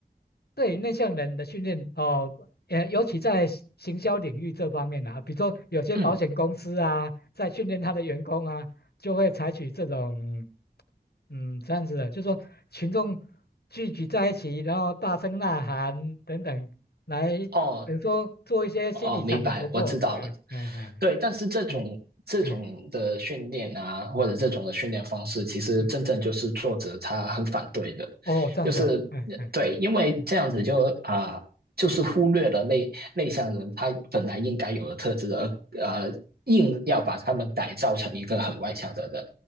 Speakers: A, on the left; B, on the right.
A: 对于内向人的训练哦，也尤其在行行销领域这方面啊，比如说有些保险公司啊，
B: 嗯，
A: 在训练他的员工啊，就会采取这种，嗯，这样子的，就说群众聚集在一起，然后大声呐喊等等，来，比如说做一些心理上的突破，
B: 哦，哦，明白，我知道了。
A: 哎哎哎
B: 对，但是这种这种的训练啊，
A: 哎哎，
B: 或者这种的训练方式，
A: 嗯
B: 其实真正就是作者他很反对的，
A: 嗯嗯，哦，这样子哦，
B: 就是呃对，
A: 哎哎。
B: 因为这样子就啊、
A: 嗯嗯，
B: 就是忽略了内内向人他本来应该有的特质的，而呃，硬要把他们改造成一个很外向的人。